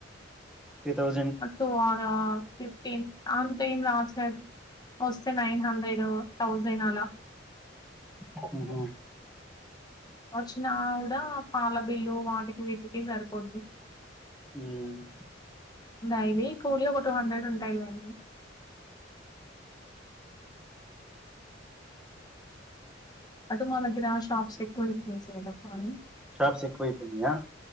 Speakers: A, in the centre; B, on the left.
A: three thousand
B: two or fifteen అంతేఏమి రాదు సార్ వస్తే నైన్ హండ్రెడ్ థౌజండ్ అలా
A: ఆహా
B: వచ్చిన కూడా పాల బిల్లు వాటికి వీటికి సరిపోద్దు
A: హ్మ్మ్
B: డైలీ కూలి ఒక టూ హండ్రెడ్ ఉంటాలేయిండి అటు మానగషాప్స్ ఎక్కువ ఫసస్వాని
A: షాప్స్ ఏకువ అయిపోయినాయా